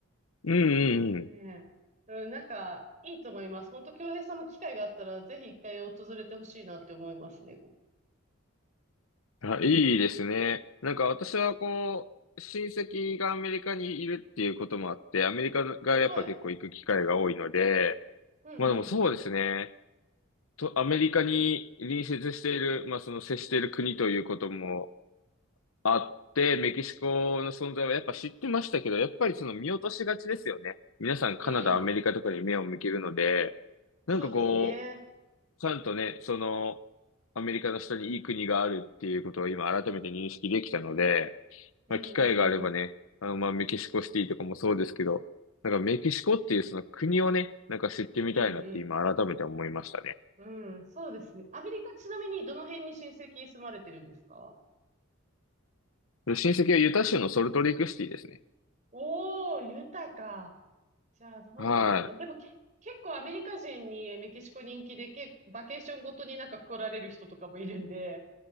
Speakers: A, on the left; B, on the right.
A: うん、
B: ねえ。
A: うん。
B: うん、なんか、いいと思います。本当、京平さんも機会があったら、ぜひ一回訪れてほしいなって思いますね。こ
A: あ、いいですね。なんか私はこう、親戚がアメリカにいるっていうこともあって、アメリカがやっぱ結構行く機会が多いので、
B: こはい。うん、
A: まあでもそうですね。
B: うん、
A: と、アメリカに隣接している、まあその接している国ということもあって、メキシコの存在はやっぱ知ってましたけど、やっぱりその見落としがちですよね。皆さんカナダ、
B: うん。
A: アメリカとかに目を向けるので、
B: うん。そうですね。
A: なんかこう、ちゃんとね、その、アメリカの下にいい国があるっていうことを今改めて認識できたので、
B: うん、
A: まあ、機会があればね、
B: うん、うん。
A: あの、まあ、メキシコシティとかもそうですけど、なんかメキシコっていうその国をね、なんか知ってみたいなって今改めて思いましたね。
B: うん、うん。うん、そうですね。アメリカ、ちなみにどの辺に親戚住まれてるんですか
A: で親戚はユタ州のソルトレイクシティですね。
B: おー、豊か。じゃあ、どうなんだろうな。
A: は
B: でもけ、結構アメリカ人にメキシコ人気で、け、バケーションごとになんか来られる人とかもいるんで、